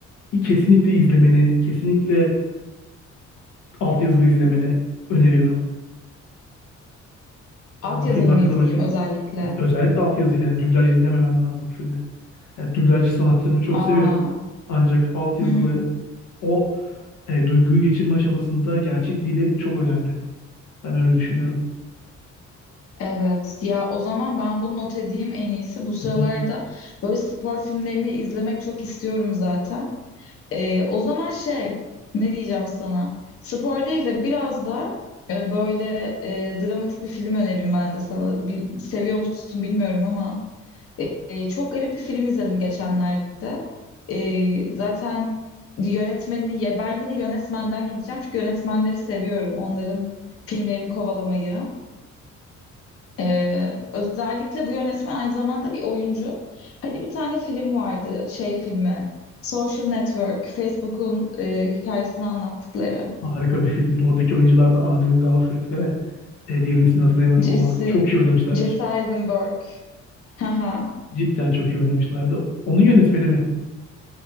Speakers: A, on the left; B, on the left.
A: kesinlikle izlemeni, kesinlikle altyazılı izlemeni öneriyorum.
B: Alt
A: Yani bu
B: yazılı
A: film hakkında
B: mı izleyeyim
A: baş...
B: özellikle?
A: özellikle altyazılı yani dublaj izlememen lazım bu filmi. Yani dublajcı sanatçılarımı çok
B: Aa,
A: severim. Ancak altyazılı
B: hı hı.
A: o e, duyguyu geçirme aşamasında gerçek dili çok önemli. Ben öyle düşünüyorum.
B: Evet. Ya o zaman ben bunu not edeyim en iyisi. Bu sıralarda
A: Hı hı.
B: böyle spor filmlerini izlemek çok istiyorum zaten. Ee, o zaman şey ne diyeceğim sana? Spor değil de biraz da e, böyle e, dramatik bir film önerim ben de sana. Bil- seviyor musun bilmiyorum ama e, çok garip bir film izledim geçenlerde. E, zaten yönetmeni ya ben yine yönetmenden gideceğim çünkü yönetmenleri seviyorum. Onların filmlerini kovalamayı. Ee, özellikle bu yönetmen aynı zamanda bir oyuncu. Hani bir tane film vardı, şey filmi. Social Network, Facebook'un e, hikayesini anlattıkları.
A: Harika bir filmdir. Oradaki oyuncular da Andrew Garfield ve e, diğerinin ismini hatırlayamıyorum
B: Jesse,
A: ama çok iyi oynamışlardır.
B: Jesse Eisenberg. Haha.
A: Cidden çok iyi oynamışlardı. Onun yönetmeni mi?